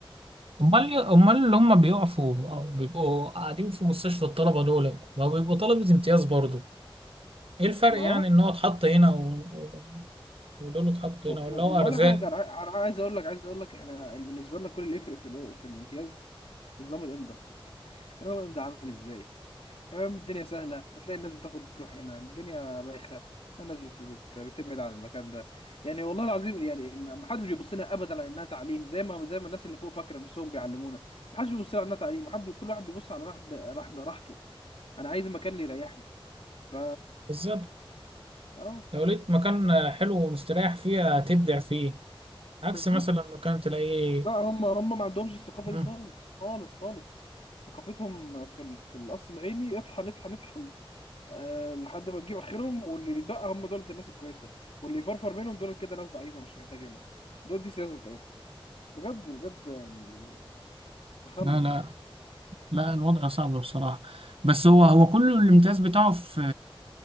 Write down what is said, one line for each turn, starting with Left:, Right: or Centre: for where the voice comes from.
Right: امال امال اللي هم بيقفوا او بيبقوا قاعدين في مستشفى الطلبه دول ما بيبقوا طلبه امتياز برضو ايه الفرق
Left: ما هو
Right: يعني ان هو اتحط هنا و... و- ودول اتحط
Left: و-
Right: هنا
Left: و-
Right: ولا هو ارزاق
Left: ولا حاجه انا ع- انا عايز اقول لك عايز اقول لك احنا بالنسبه لنا كل اللي يفرق في ال- في الامتياز نظام الامضاء نظام الامضاء عامل ازاي تمام الدنيا سهلة هتلاقي الناس بتاخد تروح هنا الدنيا بايخة الناس بت... بت... بتبعد عن المكان ده يعني والله العظيم يعني ما ما حدش بيبص لها ابدا على انها تعليم زي ما زي ما الناس اللي فوق فاكره نفسهم بيعلمونا ما حدش بيبص لها على انها تعليم محب... كل واحد بيبص على راحت ب... راحت راحته انا عايز مكان اللي يريحني ف
Right: بالظبط
Left: اه
Right: لو لقيت مكان حلو ومستريح فيه هتبدع فيه عكس
Left: بالظبط
Right: مثلا مكان تلاقيه
Left: لا هم هم ما عندهمش الثقافة
Right: مم.
Left: دي خالص خالص خالص ثقافتهم في ال... في القصر العيني اطحن اطحن اطحن آه، لحد ما تجيب اخرهم واللي يتبقى هم دولت الناس الكويسه واللي يفرفر منهم دولت كده ناس ضعيفه مش محتاجينهم دول دي السياسه بتاعتهم بجد بجد يعني تخلف
Right: لا لا
Left: يعني
Right: لا الوضع صعب بصراحة بس هو هو كله الامتياز بتاعه في